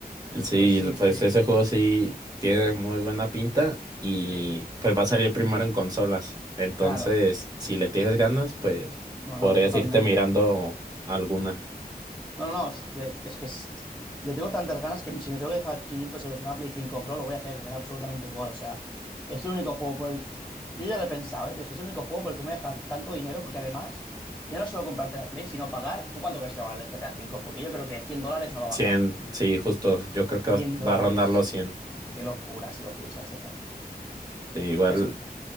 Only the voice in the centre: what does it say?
Pues sí, sí,
sí,
claro.
No,
no, totalmente.
No, no, no, es, de- es que es- le tengo tantas ganas que si me tengo que dejar 500 euros en una Play 5 Pro, lo voy a hacer, me da absolutamente igual, o sea, es el único juego por el... Yo ya lo he pensado, ¿eh? Pero es que es el único juego por el que me voy a dejar tanto dinero, porque además, ya no es solo comprarte la Play, sino pagar... ¿Tú cuánto crees que va a valer el GTA 5? Porque yo creo que 100 dólares no va a
bajar.
cien
dólares.
Qué locura si lo piensas, ¿eh?
Que es...